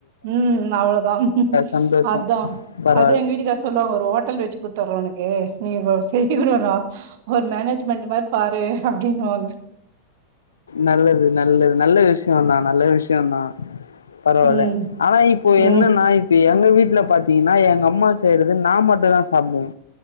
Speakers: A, on the right (about 50°); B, on the left (about 70°).
A: ம் அவ்லோதா
B: சந்தோஷோ
A: அதா
B: பரவால்ல
A: அது எங்க வீட்டுக்கார் சொல்லுவாங்க ஒரு ஹோட்டல் வச்சி குத்தர்றே உனக்கு நீ ப செய்கீகுடவறா ஒரு மேனேஜ்மெண்ட் மாரி பாரு அப்பிடின்னு வாங்க
B: நல்லது நல்லது நல்ல விஷ்யோதா நல்ல விஷ்யோதா பரவாயில்ல
A: ம்
B: ஆனா இப்போ
A: ம்
B: என்னன்னா
A: ம்
B: இப்ப எ எங்க வீட்ல பாத்தீங்கன்னா எங்க அம்மா செய்றது நா மட்டுதா சாப்புடுவே